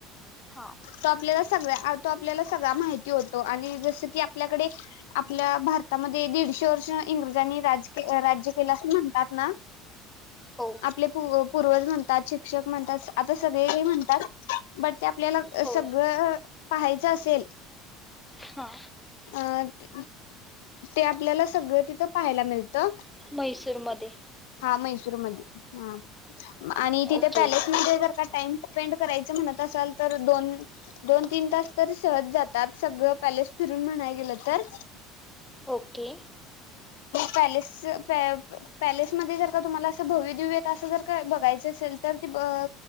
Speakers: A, in the centre; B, on the left.
A: हा
B: तो आपल्याला सगळा तो आपल्याला सगळा माहिती होतो आणि जस की आपल्याकडे आपल्या भारतामध्ये दीडशे वर्ष इंग्रजांनी राज राज्य केलं असं म्हणतात ना
A: हो
B: आपले पू पूर्वज म्हण शिक्षक म्हणतात आता सगळे म्हणतात बट त्या आपल्याला
A: हो
B: सगळं पाहायच असेल
A: हा.
B: अ ते आपल्याला सगळं तिथं पाहायला मिळतं
A: मैसूरमध्ये
B: हा मैसूरमध्ये हा आणि तिथे
A: ओके
B: पॅलेसमध्ये जर का टाइम स्पेंड करायच म्हणत असाल तर दोन-दोन, तीन तास तर सहज जातात सगळ पॅलेस फिरून म्हणाय गेलं तर
A: ओके
B: पॅलेसच प पॅलेस जर का तुम्हाला अस भव्य दिव्य अस जर का बघायच असेल तर ते अ